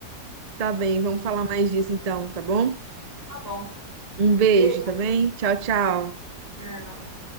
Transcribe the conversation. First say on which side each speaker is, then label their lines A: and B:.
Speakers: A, on the right (about 60°); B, on the right (about 20°).
A: Tá bem, vamos falar mais disso então, tá bom?
B: Tá bom.
A: Um beijo,
B: Beijo.
A: tá bem? Tchau, tchau.
B: tchau.